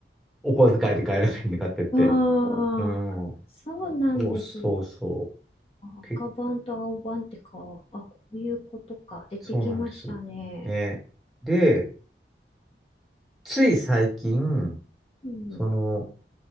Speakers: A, in the centre; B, on the left (about 35°).
A: お小遣いで買えるんで買ってって。
B: ああ、
A: うん。
B: そうなんですね。
A: そうそうそう。
B: あ赤版と青版ってか、
A: け、
B: あ、こういうことか。出てきましたね。
A: そうなんです。ね。で、つい最近、
B: うん。
A: その、